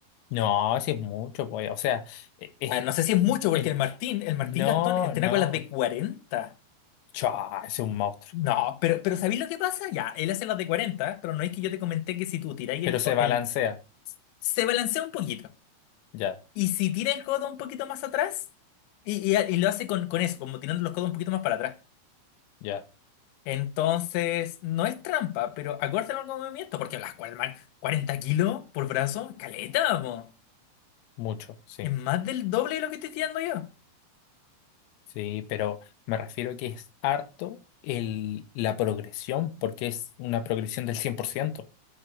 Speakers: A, on the left (about 80°); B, on the left (about 70°).
A: No, sí es mucho, pues. O sea, e- es,
B: Ah, no sé si es mucho porque
A: el,
B: el Martín, el Martín
A: no,
B: Gastón entrena
A: no.
B: con las de cuarenta
A: Chua, es un monstruo.
B: No, pero, pero ¿sabéis lo que pasa? Ya, él hace las de 40 pero no es que yo te comenté que si tú tiráis
A: Pero
B: el,
A: se balancea.
B: el... Se balancea un poquito.
A: Ya,
B: Y si tira el codo un poquito más atrás, y, y- y lo hace con, con eso, como tirando los codos un poquito más para atrás.
A: ya.
B: Entonces, no es trampa, pero acórtalo al movimiento, porque las cual- man, 40 kilos por brazo, caleta, po.
A: Mucho, sí.
B: Es más del doble de lo que estoy tirando yo.
A: Sí, pero me refiero a que es harto el, la progresión, porque es una progresión del cien por ciento